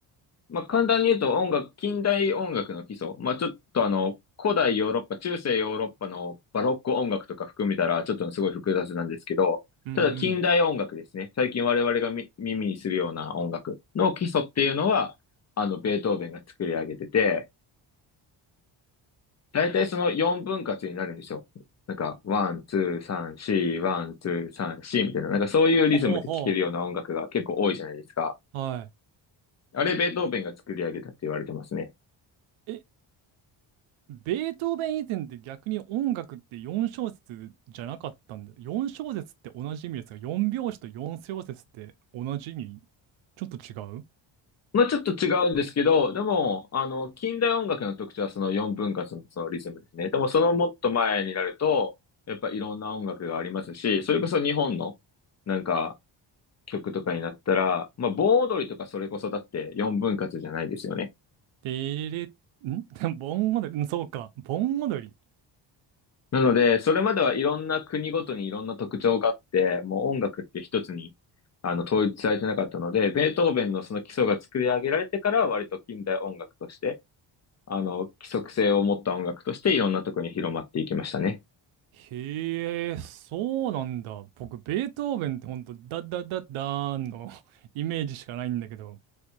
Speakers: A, on the left; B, on the right.
A: まあ、簡単に言うと音楽、近代音楽の基礎。まあ、ちょっとあの、古代ヨーロッパ、中世ヨーロッパのバロック音楽とか含めたら、ちょっとすごい複雑なんですけど、
B: うんうん。
A: ただ近代音楽ですね。最近我々がみ耳にするような音楽の基礎っていうのは、あの、ベートーベンが作り上げてて、だいたいその4分割になるんですよ。なんか、ワン、ツー、サン、シー、ワン、ツー、サン、シーみたいな、なんかそういうリズムで聴けるような音楽が結構多いじゃないですか。
B: ほうほう。は
A: あれ、ベートーベンが作り上げたって言われてますね。
B: い。え、ベートーベン以前って逆に音楽って4小節じゃなかったんで、4小節って同じ意味ですが、4拍子と4小節って同じ意味ちょっと違う
A: まあちょっと違うんですけど、でも、あの、近代音楽の特徴はその4分割のそのリズムですね。でもそのもっと前になると、やっぱいろんな音楽がありますし、それこそ日本のなんか曲とかになったら、まあ盆踊りとかそれこそだって4分割じゃないですよね。
B: でれれ、ん <laughs> 盆踊り、うんそうか、盆踊り。
A: なので、それまではいろんな国ごとにいろんな特徴があって、もう音楽って一つにあの統一されてなかったので、ベートーベンのその基礎が作り上げられてからは割と近代音楽として、あの、規則性を持った音楽としていろんなとこに広まっていきましたね。
B: へえ、そうなんだ。僕、ベートーベンってほんと、ダッダッダッダーンの <laughs> イメージしかないんだけど、